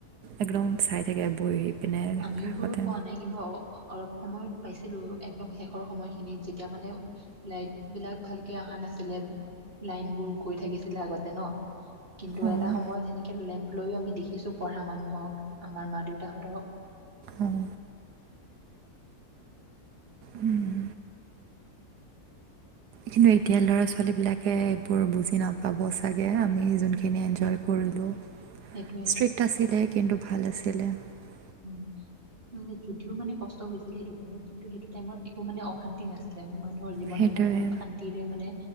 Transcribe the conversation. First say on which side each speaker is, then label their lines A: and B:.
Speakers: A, on the right; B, on the right.
A: একদম চাই থাকে বহি। পিনে
B: আমিও
A: কাষতে
B: বোৰো পোৱা নাই কিন্তু অ-অলপ সময়ত পাইছিলো একদম শেষৰ সময়খিনিত যেতিয়া মানে লাইট বিলাক ভালকে অহা নাছিলে, লাইন বোৰ গৈ থাকিছিলে আগতে ন। কিন্তু
A: অঁ
B: এটা সময়ত সেনেকে লেম্প লৈও আমি দেখিছো পঢ়া মানুহক আমাৰ মা-দেউতাহঁতক।
A: উম। উম। কিন্তু এতিয়া ল'ৰা ছোৱালীবিলাকে এইবোৰ বুজি নাপাব চাগে আমি যোনখিনি এনজয় কৰিলোঁ।
B: সেইটোৱে
A: ষ্ট্ৰিক্ট আছিলে কিন্তু ভাল আছিল। <unintelligible>
B: উম, মানে যদিও মানে কষ্ট হৈছিলে সেইটো টাইমত, কিন্তু সেইটো টাইমত একো মানে অশান্তি নাছিলে। মানুহৰ জীৱন
A: সেইটোৱে
B: বিলাক বহুত শান্তিৰে মানে